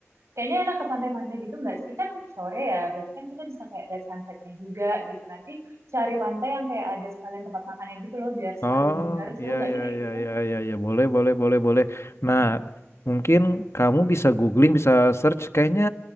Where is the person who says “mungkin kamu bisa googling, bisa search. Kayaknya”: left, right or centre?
Left